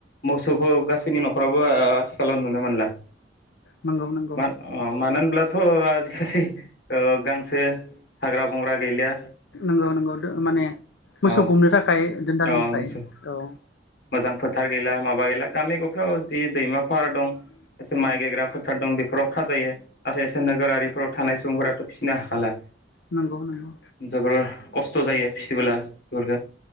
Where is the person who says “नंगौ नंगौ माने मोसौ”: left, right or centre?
Left